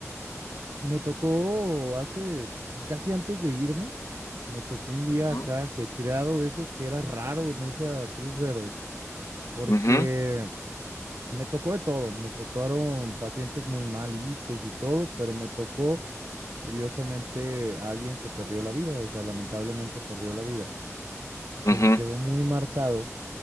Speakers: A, on the right (about 75°); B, on the left (about 75°).
A: Me tocó hace, pues casi antes de irme, me tocó un día
B: Ujú,
A: acá ajetreado de esos que era raro en esa Cruz Verde, porque
B: ujú,
A: me tocó de todo, me tocaron pacientes muy malitos y todo, pero me tocó curiosamente a alguien que perdió la vida, o sea, lamentablemente perdió la vida. Y se
B: ujú.
A: me quedó muy marcado